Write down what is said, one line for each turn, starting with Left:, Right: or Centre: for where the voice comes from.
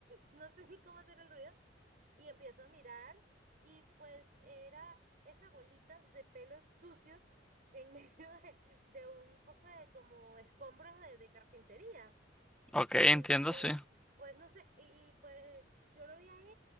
Right: No sé ni cómo hacer el ruido y empiezo a mirar y pues era esa bolita de pelos sucios en <laughs> medio de, de un poco de como escombros de, de carpintería.
Centre: ok, entiendo,
Right: Este,
Centre: sí.
Right: pues no sé, y, y, pues yo lo vi ahí